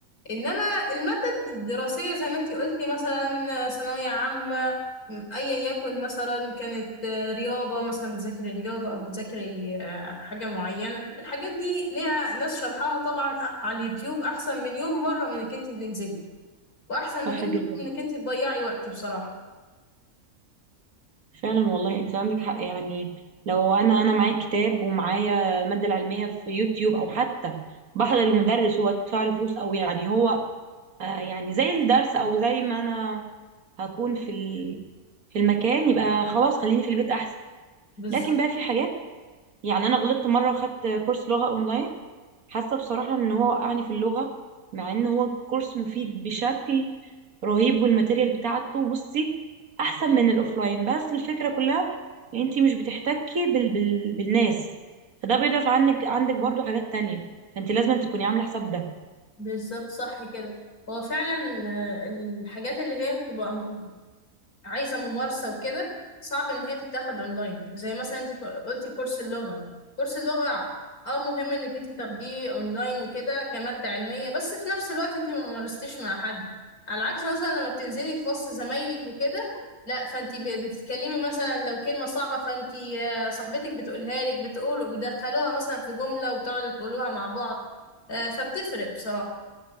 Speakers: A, on the left; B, on the right.
A: إنما المادة الدراسية زي ما أنتي قلتي مثلا ثانوية عامة م- أيا يكن مثلا كانت آه، رياضة مثلا بتذاكري رياضة أو بتذاكري آه، حاجة معينة الحاجات دي ليها ناس شرحها طبعا أ- على اليوتيوب أحسن مليون مرة من إنك أنتي تنزلي وأحسن
B: صح
A: مليون
B: جدا
A: مرة من إنك أنتي تضيعي وقت بصراحة
B: فعلا والله انت عندك حق يعني لو انا انا معايا كتاب ومعايا الماده العلميه في يوتيوب او حتى بحضر المدرس هو ادفع له فلوس او يعني هو آه يعني زي الدرس او زي ما انا هكون في ال... في المكان يبقى خلاص خليني في البيت احسن
A: بالظبط
B: لكن بقى في حاجات يعني انا غلطت مره وخدت كورس لغه اونلاين حاسه بصراحه ان هو وقعني في اللغه مع ان هو كورس مفيد بشكل رهيب والماتيريال بتاعته بصي احسن من الاوفلاين بس الفكره كلها ان انت مش بتحتكي بال... بال... بالناس فده بيضعف عنك عندك برضو حاجات تانية فانت لازم تكوني عامله حساب ده
A: بالظبط صح كده هو فعلا آه، الحاجات اللي هي بتبقى عايزة ممارسة وكده صعب إن هي تتاخد أونلاين زي مثلا أنت قلتي كورس اللغة كورس اللغة اه مهم انك انت تاخديه اونلاين وكده كمادة علمية بس في نفس الوقت انت ما مارستيش مع حد على عكس مثلا لما بتنزلي في وسط زمايلك وكده لا فانت ب- بتتكلمي مثلا لو كلمة صعبة فانت آه، صاحبتك بتقولها لك بتقول بتدخلوها مثلا في جملة وبتقعدوا تقولوها مع بعض آه، فبتفرق بصراحة